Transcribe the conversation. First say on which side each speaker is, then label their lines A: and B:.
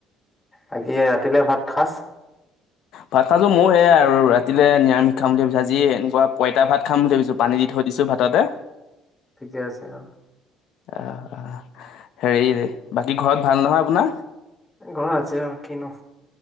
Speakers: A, on the left; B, on the left.
A: বাকি ৰাতিলে ভাত সাজ?
B: ভাত সাঁজ মোৰ সেইয়াই আৰু ৰাতিলে নিৰামিষ খাম বুলি ভাবিছো, আজি এনেকুৱা পঁইতা ভাত খাম বুলি ভাবিছো। পানী দি থৈ দিছো ভাততে।
A: ঠিকে আছে অ'।
B: অ অ হেৰি বাকী ঘৰত ভাল নহয় আপোনাৰ?
A: ঘৰত আছে আও কিনো।